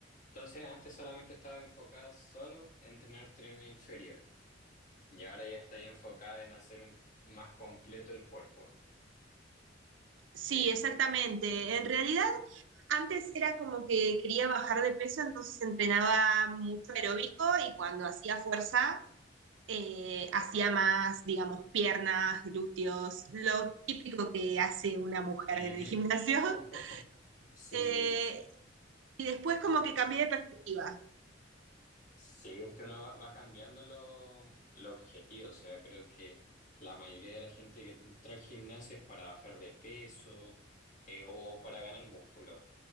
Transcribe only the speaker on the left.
entonces antes solamente estaba enfocada solo en entrenar tren inferior. Y ahora ya está ahí enfocada en hacer un, más completo el cuerpo. ¿Sí?
Mm,
ujú.
<laughs> Sí.
Sí, es que uno va, va cambiando lo- los objetivos. O sea, creo que la mayoría de la gente que entra al gimnasio es para bajar de peso eh, o para ganar músculo.